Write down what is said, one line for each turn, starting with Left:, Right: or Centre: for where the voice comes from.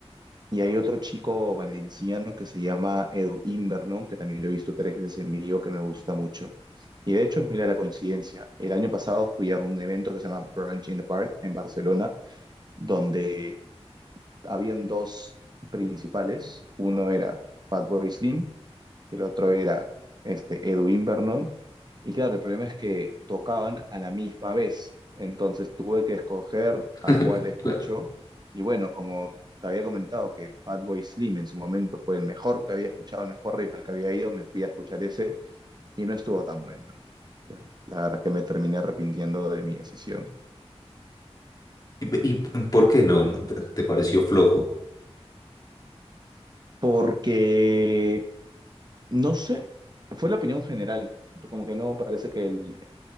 Right: Y hay otro chico valenciano que se llama Edu Invernon, que también lo he visto tres veces en vivo, que me gusta mucho. Y de hecho, mira la coincidencia. El año pasado fui a un evento que se llama Brunch in the Park en Barcelona, donde habían dos principales. Uno era Fatboy Slim, el otro era este, Edwin Vernon. Y claro, el problema es que tocaban a la misma vez. Entonces tuve que escoger
Left: <laughs>
Right: a cuál escucho.
Left: Claro.
Right: Y bueno, como te había comentado que Fatboy Slim en su momento fue el mejor que había escuchado, el mejor riff al que había ido, me fui a escuchar ese y no estuvo tan bueno. La verdad es que me terminé arrepintiendo de mi decisión.
Left: ¿Y, y por qué no? ¿Te te pareció flojo?
Right: Porque No sé, fue la opinión general. Como que no parece que el,